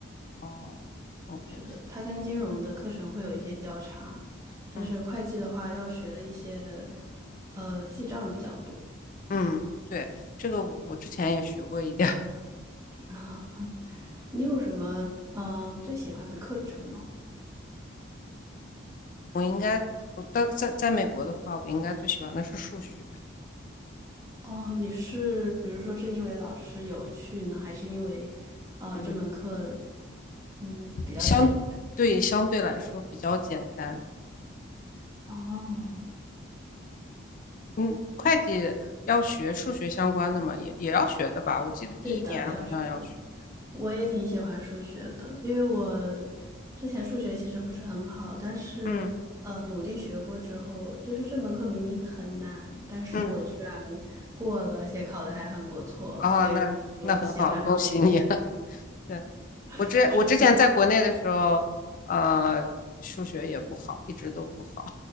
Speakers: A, on the left; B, on the right.
A: 哦，OK，
B: 是的，它跟金融的课程会有一些交叉，但是会计的话要学的一些，
A: 嗯。
B: 呃，记账比较多。
A: 嗯对，这个我我之前也学过一点儿，
B: <laughs> 你有什么嗯、呃最喜欢的课程吗？
A: 我应该我当在在美国的话，我应该最喜欢的是数学，
B: 哦，你是比如说是因为老师有趣呢，还是因为呃这门课
A: 嗯
B: 嗯比较简单？
A: 相对相对来说比较简单。
B: 哦，
A: 嗯，会计要学数学相关的嘛，也也要学的吧？我记得第一年好像要学。
B: 对的，要学的。我也挺喜欢数学的，因为我之前数学其实不是很好，但是呃努力学过之后，
A: 嗯
B: 就是这门课明明很难，但是我居然
A: 嗯
B: 过了，而且考的还很不错，
A: 哦，
B: 所以就喜欢上了数学。
A: 那那很好，恭喜你。<laughs> 对，我之我之前在国内的时候，
B: <laughs> 是的，
A: 呃，数学也不好，一直都不好，